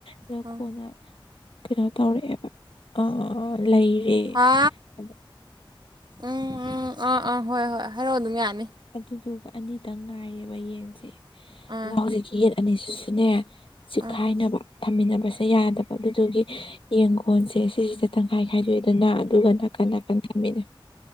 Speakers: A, on the left; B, on the right.
A: ꯑꯗꯣ
B: ꯑꯥ
A: ꯀꯣꯟꯅ ꯀꯩꯅꯣ ꯇꯧꯔꯛꯑꯦꯕ ꯑꯥ ꯂꯩꯔꯦ
B: ꯍꯥ
A: ꯑ
B: ꯎꯝ ꯎꯝ ꯑꯥ ꯑꯥ ꯍꯣꯏ ꯍꯣꯏ ꯍꯥꯏꯔꯛꯑꯣ ꯑꯗꯨꯝ ꯌꯥꯅꯤ
A: ꯑꯗꯨꯗꯨꯒ ꯑꯅꯤꯗꯪ ꯉꯥꯏꯔꯦꯕ ꯌꯦꯟꯁꯦ
B: ꯑꯥ
A: ꯑꯗ ꯍꯧꯖꯤꯛꯀꯤ ꯌꯦ ꯑꯅꯤꯁꯤꯁꯨꯅꯦ ꯆꯤꯛꯈꯥꯏꯅꯕ
B: ꯑꯥ
A: ꯊꯝꯃꯤꯟꯅꯕꯁꯦ ꯌꯥꯗꯕ ꯑꯗꯨꯗꯨꯒꯤ ꯌꯦꯟꯒꯣꯟꯁꯦ ꯁꯤꯁꯤꯗ ꯇꯪꯈꯥꯏ ꯈꯥꯏꯗꯣꯛꯑꯦꯗꯅ ꯑꯗꯨꯒ ꯅꯥꯀꯟ ꯅꯥꯀꯟ ꯊꯝꯃꯦ